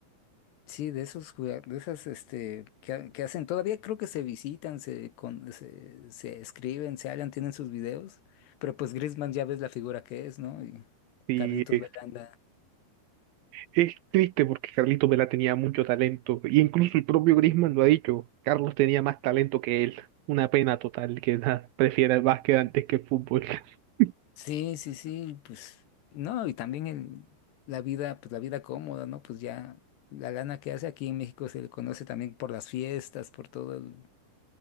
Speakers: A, on the left; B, on the right.
A: Sí, de esos jugad- de esas este que, ha- que hacen, todavía creo que se visitan, se con, se, se escriben, se hablan, tienen sus videos, pero pues Griezmann ya ves la figura que es, ¿no? Y
B: sí,
A: Carlitos
B: es,
A: Belanda.
B: es triste porque Carlitos Vela tenía mucho talento. Y incluso el propio Griezmann lo ha dicho, Carlos tenía más talento que él. Una pena total que <laughs> nada, prefiera el básquet antes que el fútbol, <laughs>
A: Sí, sí, sí, pues no, y también el, la vida, pues la vida cómoda, ¿no? Pues ya la lana que hace aquí en México se le conoce también por las fiestas, por todo el-